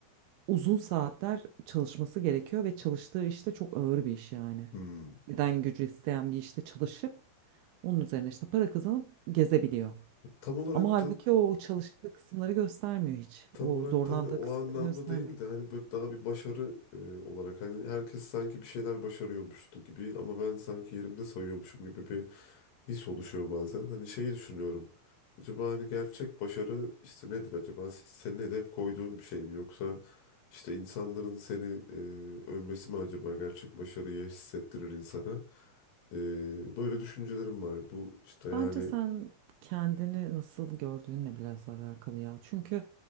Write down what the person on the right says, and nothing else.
uzun saatler çalışması gerekiyor ve çalıştığı işte çok ağır bir iş yani.
Beden gücü isteyen bir işte çalışıp onun üzerine işte para kazanıp gezebiliyor.
Ama halbuki
o çalıştığı kısımları göstermiyor hiç.
O
zorlandığı
kısımları
göstermiyor.
Bence sen kendini nasıl gördüğünle biraz alakalı ya. Çünkü